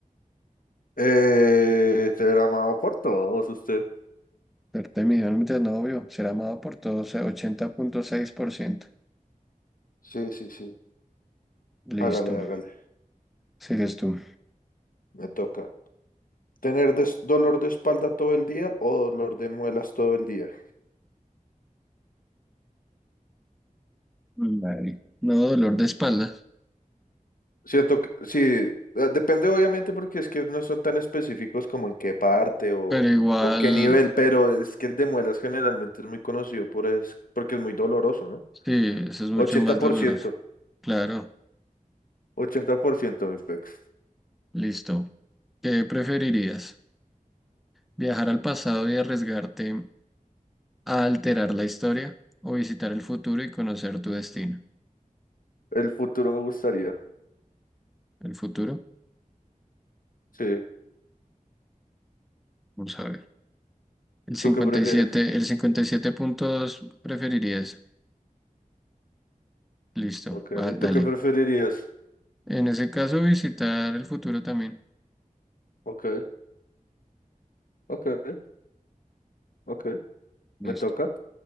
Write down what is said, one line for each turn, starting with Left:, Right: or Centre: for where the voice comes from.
Left: Eh, será amado por todos usted.
Centre: Ser temido, no metas novio. Ser amado por todos, eh, ochenta punto seis por ciento
Left: Sí, sí, sí.
Centre: Listo.
Left: Hágale, hágale.
Centre: Sigues tú.
Left: Me toca tener des- dolor de espalda todo el día o dolor de muelas todo el día.
Centre: Dale. No, dolor de espalda.
Left: Siento que sí, eh, depende obviamente porque es que no son tan específicos como en qué parte o,
Centre: Pero igual,
Left: o qué nivel, pero es que el de muelas generalmente es muy conocido por es, porque es muy doloroso, ¿no?
Centre: sí, eso es mucho
Left: ochenta
Centre: más
Left: ochenta por
Centre: doloroso.
Left: ciento
Centre: Claro.
Left: ochenta por ciento mi pex.
Centre: Listo. ¿Qué preferirías? Viajar al pasado y arriesgarte a alterar la historia o visitar el futuro y conocer tu destino.
Left: El futuro me gustaría.
Centre: El futuro,
Left: Sí.
Centre: vamos a ver. El cincuenta
Left: ¿Tú qué prefieres?
Centre: y siete, el 57.2 preferirías. Listo,
Left: Ok.
Centre: va, dale.
Left: ¿Tú qué preferirías?
Centre: En ese caso, visitar el futuro también.
Left: Ok, ok, ok.
Centre: Listo,
Left: Me toca.